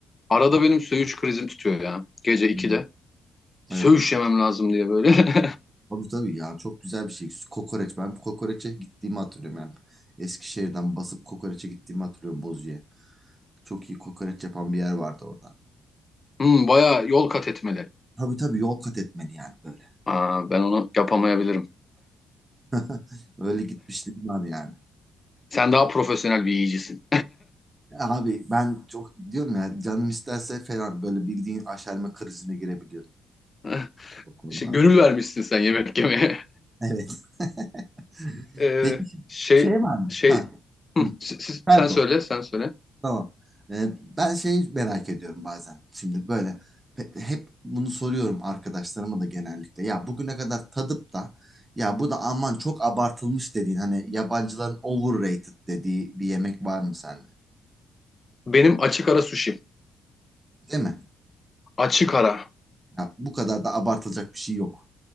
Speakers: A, on the left; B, on the right.
A: arada benim söğüş krizim tutuyor ya. Gece 2'de.
B: Hı,
A: Söğüş
B: Evet.
A: yemem lazım diye böyle. <laughs>
B: Tabii tabii ya çok güzel bir şey. Kokoreç. Ben kokoreçe gittiğimi hatırlıyorum yani. Eskişehir'den basıp kokoreçe gittiğimi hatırlıyorum Bozu'ya. Çok iyi kokoreç yapan bir yer vardı orada.
A: Hmm, bayağı yol kat etmeli.
B: Tabii tabii yol kat etmeli yani böyle.
A: Aa, ben onu yapamayabilirim.
B: <laughs> Öyle gitmişliğim var yani.
A: Sen daha profesyonel bir yiyicisin.
B: Abi ben çok diyorum ya canım isterse falan böyle bildiğin aşerme krizine girebiliyorum
A: <laughs>
B: o konularda.
A: İşte gönül vermişsin sen yemek yemeye. <laughs>
B: Evet. <laughs>
A: Ee,
B: Peki
A: şey
B: şey var mı?
A: şey
B: Ha.
A: Hı,
B: Hı.
A: siz- siz-
B: Sen
A: sen
B: sor.
A: söyle sen söyle.
B: Tamam. Ee, ben şeyi merak ediyorum bazen. Şimdi böyle pe- hep bunu soruyorum arkadaşlarıma da genellikle. Ya bugüne kadar tadıp da ya bu da aman çok abartılmış dediğin hani yabancıların overrated dediği bir yemek var mı sende?
A: Benim açık ara sushi.
B: Değil mi?
A: Açık ara.
B: Ya bu kadar da abartılacak bir şey yok.